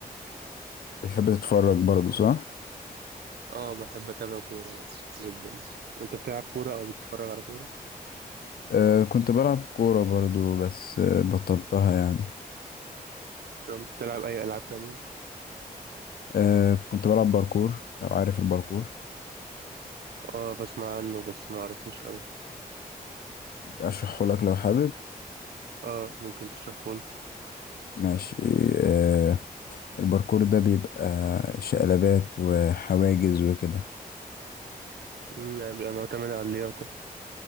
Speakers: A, on the left; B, on the right.
A: بتحب تتفرج برضو صح
B: اه بحب اتابع كورة يعني جدا انت بتلعب كورة او بتتفرج على كورة
A: آه، كنت بلعب كورة برضو بس آه، بطلتها يعني
B: طب بتلعب اي العاب تانية
A: آه، كنت بلعب باركور لو عارف الباركور
B: اه بسمع عنه بس ما اعرفوش قوي
A: اشرحه لك لو حابب
B: اه ممكن تشرحه لي
A: ماشي آه، الباركور ده بيبقى شقلبات وحواجز وكده
B: أمم، يعني بيبقى معتمد على اللياقة